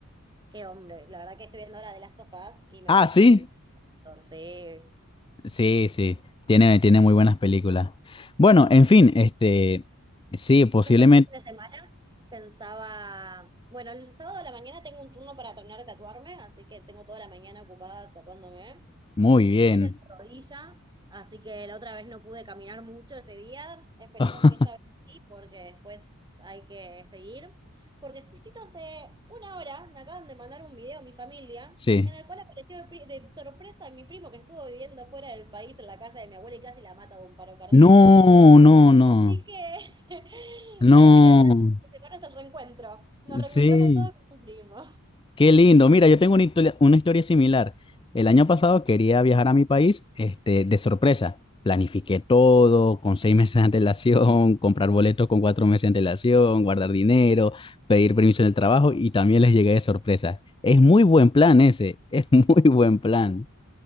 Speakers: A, on the right; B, on the left.
A: qué hombre. La verdad que estoy viendo ahora The Last of Us y me
B: Ah,
A: parece
B: sí,
A: un Gladiador, sí.
B: sí, sí, tiene, tiene muy buenas películas. Bueno, en fin, este, sí, posiblemente,
A: Yo este fin de semana pensaba, bueno, el sábado de la mañana tengo un turno para terminar de tatuarme, así que tengo toda la mañana ocupada tatuándome.
B: muy bien,
A: Es el de rodilla, así que la otra vez no pude caminar mucho ese día. Esperemos
B: <laughs>
A: que esta vez sí, porque después hay que seguir. Porque justito hace una hora me acaban de mandar un video a mi familia
B: sí.
A: en el cual apareció de, pri- de sorpresa mi primo que estuvo viviendo fuera del país en la casa de mi abuela y casi la mata de un paro cardíaco.
B: No, no, no,
A: Así que <laughs>
B: no,
A: parece que el plan de esta semana es el reencuentro. Nos
B: sí.
A: reencontramos todos con mi primo.
B: Qué lindo. Mira, yo tengo una historia, una historia similar. El año pasado quería viajar a mi país, este, de sorpresa. Planifiqué todo con seis <laughs> meses de antelación, comprar boletos con cuatro meses de antelación, guardar dinero, pedir permiso en el trabajo y también les llegué de sorpresa. Es muy buen plan ese, es <laughs> muy buen plan.